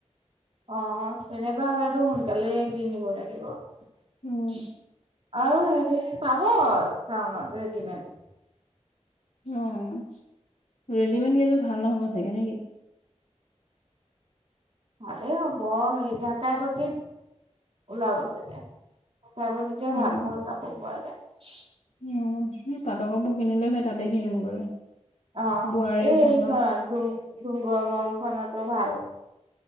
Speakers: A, on the right; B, on the left.
A: অ' তেনেকুৱা হ'লেতো সোনকালেই কিনিব লাগিব। আৰু
B: উম
A: হেৰি পাব টাউনত ৰেডিমেড।
B: অ' ৰেডিমেড কেইযোৰ ভাল নহ'ব চাগে নেকি?
A: ভালেই হ'ব। অ' সেই ঢাকাই প্ৰতিত ওলাব চাগে। <unintelligible> ভাল
B: অ
A: ভাল কাপোৰ পোৱা যায়।
B: উম, হেই পাটৰ কাপোৰ কিনিলে হেই তাতে কিনিমগৈ।
A: অ'
B: বোৱাৰীখনত
A: এই <unintelligible> ভাল।